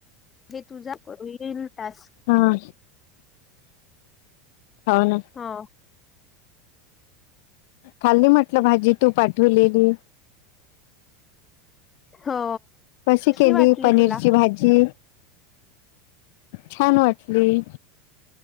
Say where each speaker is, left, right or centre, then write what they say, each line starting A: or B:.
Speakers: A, on the left; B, on the left.
A: हे तुझा करू येईल टास्क
B: हां हो ना
A: हा
B: खाल्नी म्हटलं भाजी तू पाठवलेली
A: हो
B: कशी केली
A: वाटली
B: पनीरची
A: तुला
B: भाजी छान वाटली